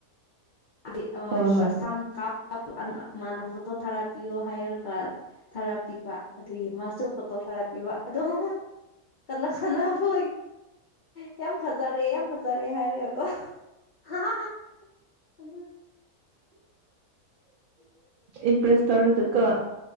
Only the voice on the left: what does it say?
ꯑ
ꯑ ꯁꯝ <unintelligible> ꯃꯥꯅ ꯐꯣꯇꯣ ꯊꯥꯔꯥꯞꯄꯤꯌꯣ ꯍꯥꯏꯔꯒ ꯊꯥꯔꯥꯄꯤꯕ ꯑꯗꯨꯒꯤ ꯃꯥꯁꯨ ꯇꯣꯊꯔ ꯄꯤꯕ ꯑꯗꯣ ꯀꯟꯅ ꯀꯕꯨ ꯌꯥꯝ ꯌꯥꯝ ꯐꯖꯔꯦ ꯌꯥꯝ ꯐꯖꯔꯦ ꯍꯥꯏꯔꯦꯒꯀꯣ ꯍꯥ ꯍꯥ ꯍꯥ ꯎ